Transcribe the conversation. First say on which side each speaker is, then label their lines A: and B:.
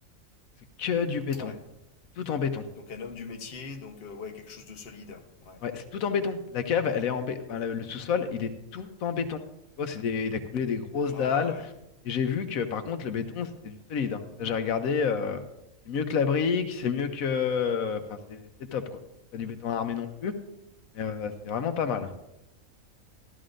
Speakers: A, on the left (about 80°); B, on the left (about 45°).
A: Donc, c'est que du béton.
B: Ouais.
A: C'est tout en béton.
B: Donc un homme du métier, donc euh, ouais quelque chose de solide. Ouais.
A: Ouais, c'est tout en béton. La cave, elle est en bé- enfin, le, le sous-sol, il est tout en béton. Tu vois, c'est des... il a coulé des grosses
B: Ouais, ouais,
A: dalles.
B: ouais.
A: Et j'ai vu que par contre, le béton, c'était du solide. hein. Ça, j'ai regardé. euh, C'est mieux que la brique, c'est mieux que. Enfin, c'est c'est top, quoi. Bon, c'est pas du béton armé non plus, mais euh, c'est vraiment pas mal.